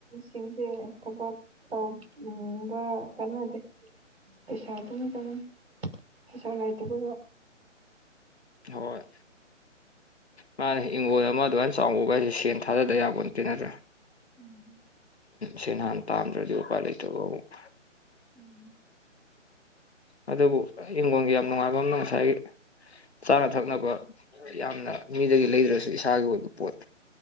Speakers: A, on the right; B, on the left.
A: ꯁꯤꯡꯁꯦ ꯊꯕꯛ ꯇꯧꯕ ꯀꯥꯟꯅꯗꯦ ꯄꯩꯁꯥ ꯑꯗꯨꯝ ꯀꯅꯤ ꯄꯩꯁꯥ ꯂꯥꯏꯇꯕ
B: ꯍꯣꯏ ꯃꯥꯅꯦ ꯏꯪꯒꯣꯜ ꯑꯃ ꯑꯗꯨꯥꯏꯅ ꯆꯥꯎꯕ ꯀ ꯍꯥꯏꯁꯦ ꯁꯦꯟ ꯊꯥꯗꯗꯕ ꯌꯥꯕ ꯅꯠꯇꯦ ꯅꯠꯇ꯭ꯔꯥ
A: ꯎꯝ
B: ꯁꯦꯟꯍꯥꯟ ꯇꯥꯝꯗ꯭ꯔꯗꯤ ꯎꯄꯥꯏ ꯂꯩꯇꯕ ꯑꯃꯨꯛ
A: ꯎꯝ
B: ꯑꯗꯨꯕꯨ ꯍꯤꯡꯈꯣꯟꯜꯒꯤ ꯌꯥꯝ ꯅꯨꯡꯉꯥꯏꯕ ꯑꯃꯅ ꯉꯁꯥꯏꯒꯤ ꯆꯥꯅ ꯊꯛꯅꯕ ꯌꯥꯝꯅ ꯃꯤꯗꯒꯤ ꯂꯩꯗ꯭ꯔꯁꯨ ꯏꯁꯥꯒꯤ ꯑꯣꯏꯕ ꯄꯣꯠ